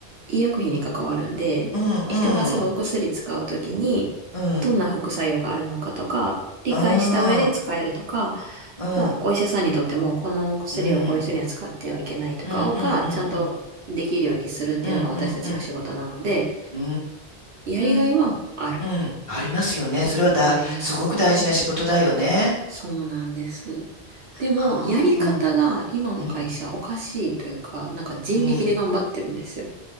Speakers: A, on the right; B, on the left.
A: 医薬品に関わるんで、
B: うん、
A: 人がそのお薬使うときに、
B: うん、うん、
A: どんな副作用があるのかとか、理解した上で使えるとか、
B: うん、うん、
A: もうお医者さんにとっても、
B: うん、
A: この薬をこういう人には使ってはいけないとかをが、
B: うん、うん、うん、
A: ちゃんとできるようにするっていうのが私たちの仕事なので、
B: うん、うん、うん、うん、うー
A: やりがいはある、
B: ん、うん、ありますよね。それはだ、
A: あります。
B: すごく大事な仕事だよね。
A: そうなんです。でも、
B: ああ、
A: やり方が今の会社おかしいというか、
B: うん、うん、
A: なんか人力で頑張ってるんですよ。
B: うん。